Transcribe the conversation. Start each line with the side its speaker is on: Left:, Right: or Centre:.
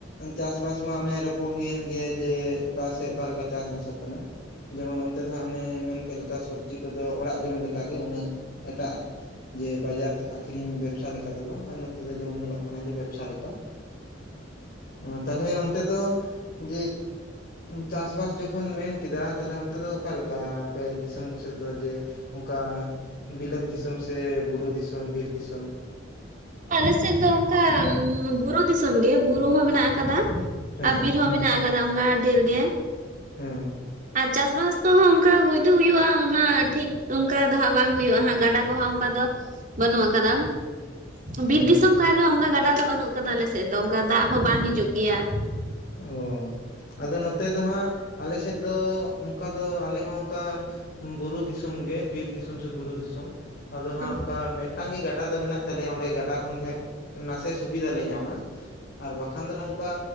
Left: ᱪᱟᱥᱵᱟᱥ ᱢᱟ ᱚᱱᱮ ᱨᱚᱯᱚᱲ ᱦᱩᱭᱮᱱ ᱜᱮᱭᱟ ᱡᱮ ᱚᱠᱟ ᱛᱮ ᱚᱠᱟ ᱞᱮᱠᱟ ᱪᱟᱥ ᱵᱟᱥᱚᱜ ᱠᱟᱱᱟ? ᱡᱮᱢᱚᱱ ᱚᱱᱛᱮ ᱫᱚ ᱦᱟᱸᱜ ᱚᱱᱮ ᱢᱮᱱ ᱠᱮᱜ ᱞᱮᱠᱟ ᱥᱚᱵᱽᱡᱤ ᱠᱚᱫᱚ ᱚᱲᱟᱜ ᱡᱚᱢ ᱞᱮᱠᱟᱜᱮ ᱩᱱᱟᱹᱜ ᱮᱴᱟᱜ ᱡᱮ ᱵᱟᱡᱟᱨ ᱟᱠᱷᱨᱤᱧ ᱵᱮᱵᱥᱟ ᱞᱮᱠᱟ ᱫᱚ ᱵᱟᱝ ᱟᱨ ᱱᱚᱛᱮ ᱫᱚ ᱡᱮᱢᱚᱱ ᱧᱮᱞᱚᱜ ᱠᱟᱱᱟ ᱡᱮ ᱵᱮᱵᱥᱟ ᱞᱮᱠᱟ᱾
Right: <inaudible>
Left: ᱩᱸ ᱛᱟᱞᱦᱮ ᱚᱱᱛᱮ ᱫᱚ ᱡᱮ ᱩᱸ ᱪᱟᱥ ᱵᱟᱥ ᱡᱚᱠᱷᱚᱱ ᱢᱮᱱ ᱠᱮᱫᱟ ᱛᱟᱞᱦᱮ ᱚᱱᱛᱮ ᱫᱚ ᱚᱠᱟ ᱞᱮ ᱠᱟ ᱟᱯᱮ ᱫᱤᱥᱚᱢ ᱠᱚ ᱥᱮᱫ ᱫᱚ ᱡᱮ ᱚᱱᱠᱟ ᱵᱤᱞᱟᱹᱛ ᱫᱤᱥᱚᱢ ᱥᱮ ᱵᱩᱨᱩ ᱫᱤᱥ ᱥᱚᱢ ᱵᱤᱨ ᱫᱤᱥᱚᱢ?
Right: ᱟᱞᱮ ᱥᱮᱫ ᱫᱚ ᱚᱱᱠᱟ ᱩᱸ ᱵᱩᱨᱩ ᱫᱤᱥᱚᱢ ᱜᱮ, ᱵᱩᱨᱩ ᱦᱚᱸ ᱢᱮᱱᱟᱜ ᱟᱠᱟᱫᱟ᱾
Left: ᱦᱮᱸ
Right: ᱟᱨ ᱵᱤᱨ ᱦᱚᱸ ᱢᱮᱱᱟᱜ ᱟᱠᱟᱫᱟ ᱚᱱᱠᱟ ᱰᱷᱮᱨ ᱜᱮ᱾
Left: ᱦᱮᱸ᱾
Right: ᱟᱨ ᱪᱟᱥᱵᱟᱥ ᱠᱚᱦᱚᱸ ᱚᱱᱠᱟ ᱦᱳᱭ ᱫᱚ ᱦᱩᱭᱩᱜᱼᱟ ᱩᱱᱟᱹᱜ ᱴᱷᱤᱠ ᱚᱱᱠᱟ ᱫᱚ ᱦᱟᱸᱜ ᱵᱟᱝ ᱦᱳᱭᱳᱜ-ᱟ ᱦᱟᱸᱜ ᱜᱟᱰᱟ ᱠᱚ ᱦᱟᱸᱜ ᱚᱱᱠᱟ ᱫᱚ ᱵᱟᱹᱱᱩᱜ ᱟᱠᱟᱫᱟ ᱾ ᱵᱤᱨ
Left: ᱦᱮᱸ
Right: ᱫᱤᱥᱚᱢ ᱠᱟᱱ ᱨᱮᱦᱚᱸ ᱚᱱᱠᱟ ᱜᱟᱰᱟ ᱫᱚ ᱵᱟᱹᱱᱩᱜ ᱠᱟᱫᱟ ᱟᱞᱮ ᱥᱮᱫ ᱫᱚ ᱚᱱᱠᱟ ᱫᱟᱜ ᱦᱚᱸ ᱵᱟᱝ ᱦᱤᱡᱩᱜ ᱜᱮᱭᱟ ᱾
Left: ᱚ ᱟᱫᱚ ᱱᱚᱛᱮ ᱫᱚ ᱦᱟᱸᱜ ᱟᱞᱮ ᱥᱮᱫ ᱫᱚ ᱚᱱᱠᱟ ᱫᱚ ᱟᱞᱮ ᱦᱚᱸ ᱚᱱᱠᱟ ᱵᱩᱨᱩ ᱫᱤᱥᱚᱢ ᱜᱮ ᱵᱤᱨ ᱫᱤᱥᱚᱢ ᱥᱮ ᱵᱩᱨᱩ ᱫᱤᱥᱚᱢ ᱟᱫᱚ ᱦᱟᱸᱜ
Right: ᱦᱩᱸ
Left: ᱚᱱᱠᱟ ᱢᱮᱫ ᱴᱟᱝ ᱜᱮ ᱜᱟᱰᱟ ᱫᱚ ᱢᱮᱱᱟᱜ ᱛᱟᱞᱮᱭᱟ ᱚᱸᱰᱮ ᱜᱟᱰᱟ ᱠᱷᱚᱱᱜᱮ ᱦᱟᱸᱜ ᱱᱟᱥᱮ ᱥᱩᱵᱤᱫᱷᱟ ᱞᱮ ᱧᱟᱢᱟ ᱾ ᱟᱨ ᱵᱟᱠᱷᱟᱱ ᱫᱚ ᱱᱚᱝᱠᱟ